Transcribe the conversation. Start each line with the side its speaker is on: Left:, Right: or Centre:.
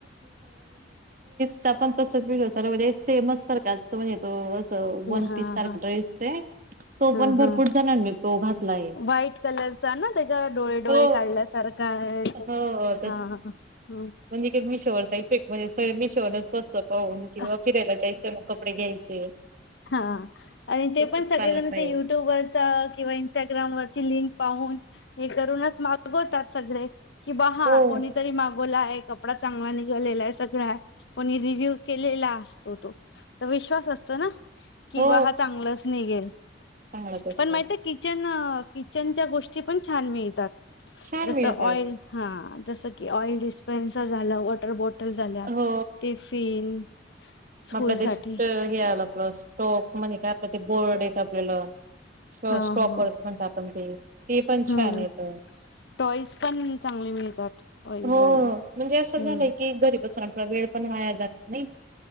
Right: पेमस संण त असं वन
Left: हा
Right: पीस सारखा
Left: हा
Right: ड्रेस ते तो
Left: हा
Right: पण भरपूर
Left: हा
Right: जणांनी तो घातला आहे
Left: व्हाईट कलरचा ना त्याच्यावर डोळे डोळे
Right: हो
Left: काढल्यासारखा आहे. तो.
Right: हो
Left: हा हा हो
Right: म्हणजेी म मिशोवरचा इफेक्ट म्हणजे सगळे मिशोवर स्वस्त पाहून किंवा
Left: हा.
Right: फिरायला जायचं मग कडे घ्यायचे
Left: हा आणि ते
Right: तसच
Left: पण सगळेजण
Right: चाललंय
Left: ते युट्यूबवरचा किंवा स्टाग्रामवरर लिंक पाहून हे करूनच मागवतात सगळे कि बा
Right: हो
Left: कोणी तरी मागवला आहे कपडा चांगला निघालेला आहे सगळ कोणी रिव्ह्यू केलेला असतो तो तर विश्वास असतो ना किं
Right: हो
Left: हा चांगलाच निघेल
Right: चांगलाच असतं
Left: पण माहिती किचन किचनच्या गोष्टी पण छान मिळतात
Right: छान
Left: जस
Right: मिळतात
Left: ऑइल हा जसं की ऑइल डिस्पेन्सर झालं वॉटर बॉटल झाल्या
Right: हो
Left: टिफिन स्कूलसाठी.
Right: म आपलं ते स हे आलं आपलं स्टोफ म्हणजे काय आपलं ते बोर्ड येत आपल्याला
Left: हां,
Right: स्टॉपर्स
Left: हां.
Right: पण टा आपण ते ते पण छान
Left: हं.
Right: येत
Left: टॉईज पण चांगले मिळतात टॉईज
Right: हो
Left: वाले
Right: म्हणजे असं झालंय
Left: हम्म
Right: की घरी बचून वेळ पण वाया जात नाही